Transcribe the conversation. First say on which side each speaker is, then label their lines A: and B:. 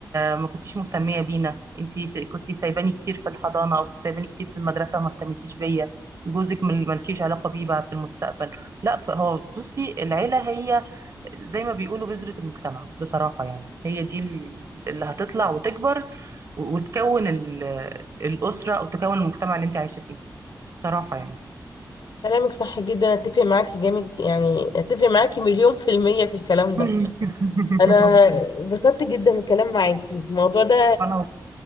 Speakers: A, on the right; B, on the left.
A: ما كنتيش مهتميه بينا انت كنت سايباني كتير في الحضانه او كنت سايباني كتير في المدرسه وما اهتمتيش بيا جوزك مل- ملكيش علاقه بيه بقى في المستقبل لا فهو بصي العيله هي زي ما بيقولوا بذره المجتمع بصراحه يعني هي دي ال- اللي هتطلع وتكبر و- وتكون ال- الاسره او تكون المجتمع اللي انت عايشه فيه بصراحه يعني
B: كلامك صح جدا اتفق معاكي جامد يعني اتفق معاكي مليون في المية في الكلام ده
A: <laughs>
B: انا اتبسطت جدا من الكلام معاكي الموضوع ده
A: انا